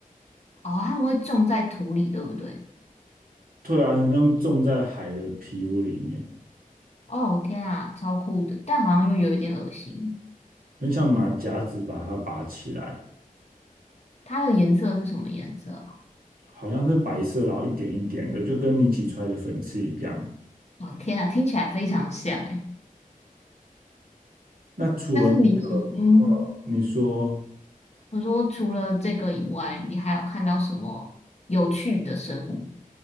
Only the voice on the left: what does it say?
哦，他们会种在土里，对不对？
哦，天啊，超酷的，但好像又有一点恶心。
它的颜色是什么颜色啊
哦，天啊，听起来非常像诶。
但是你说，嗯，
我说除了这个以外，你还有看到什么有趣的生物？